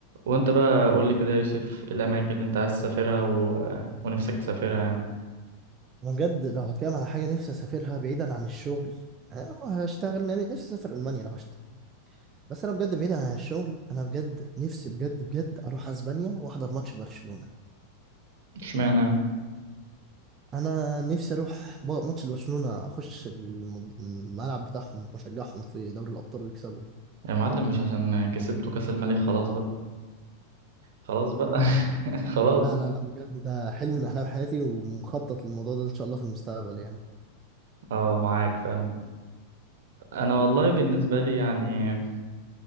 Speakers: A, on the right; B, on the right.
A: وانت بقى قول لي كده يا يوسف ايه الاماكن اللي انت عايز تسافرها و... ونفسك تسافرها يعني
B: انا بجد لو هتكلم على حاجه نفسي اسافرها بعيدا عن الشغل أه هشتغل لأن نفسي اسافر المانيا لو هشتغل بس انا بجد بعيدا عن الشغل انا بجد نفسي بجد بجد اروح اسبانيا واحضر ماتش برشلونه
A: اشمعنى يعني؟
B: انا نفسي اروح ب- ماتش برشلونه اخش الم- الملعب بتاعهم واشجعهم في دوري الابطال ويكسبوا
A: يا معلم مش عشان كسبتوا كاس الملك خلاص بقى خلاص بقى <laughs> خلاص
B: لا لا لا بجد ده حلم من احلام حياتي ومخطط للموضوع ده ان شاء الله في المستقبل يعني
A: اه معاك فاهم انا والله بالنسبه لي يعني